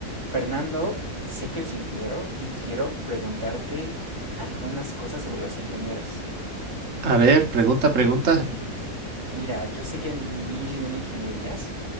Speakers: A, on the right; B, on the right.
A: Fernando, sé que eres ingeniero y quiero preguntarte algunas cosas sobre los ingenieros.
B: A ver, pregunta, pregunta.
A: Mira, yo sé que hay mil y una ingenierías,